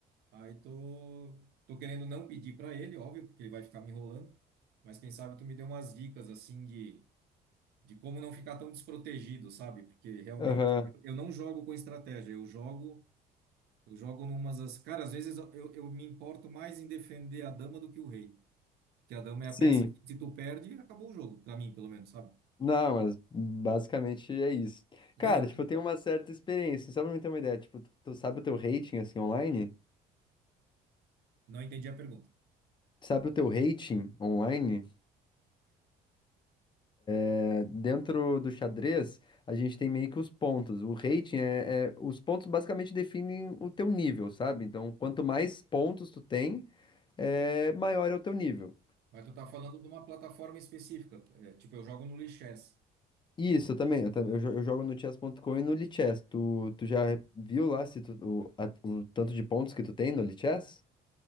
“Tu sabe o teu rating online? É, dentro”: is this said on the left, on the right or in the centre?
Left